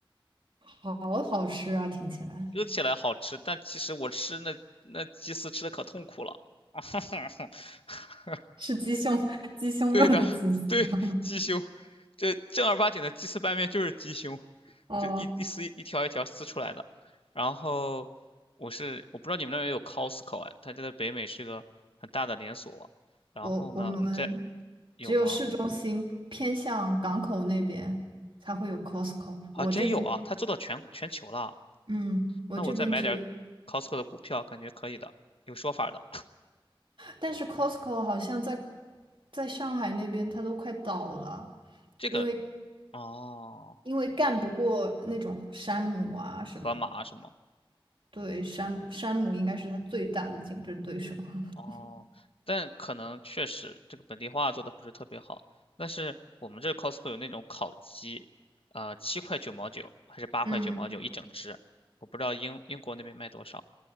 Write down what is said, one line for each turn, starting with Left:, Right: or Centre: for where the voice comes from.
Right: 好好吃啊，听起来
Left: 说起来好吃，但其实我吃那那鸡丝吃的可痛苦了。<laughs>
Right: 是鸡胸 <laughs> 鸡胸肉的鸡丝吗？
Left: <laughs> 对的，对，鸡胸，这正儿八经的鸡丝拌面就是鸡胸，
Right: <laughs> 哦。
Left: 就一一丝一条一条撕出来的。然后我是我不知道你们那边有 Costco 哎，它就在北美是个很大的连锁。然后呢，
Right: 我我们
Left: 你在有吗？
Right: 只有市中心偏向港口那边才会有 Costco。
Left: 还真有啊，
Right: 我这边，
Left: 它做到全全球了。
Right: 嗯，我这边只，
Left: 那我再买点 Costco 的股票，感觉可以的，有说法的。
Right: 但是 Costco 好像在在上海那边它都快倒了，
Left: 这个
Right: 因为
Left: 哦，
Right: 因为干不过那种山姆啊什么的
Left: 盒马啊什么。
Right: 对，山山姆应该是它最大的竞争对手。<laughs>
Left: 哦，但可能确实这个本地化做的不是特别好。但是我们这 Costco 有那种烤鸡，呃，七块九毛九还是八块九毛九一整只，
Right: 嗯，
Left: 我不知道英英国那边卖多少。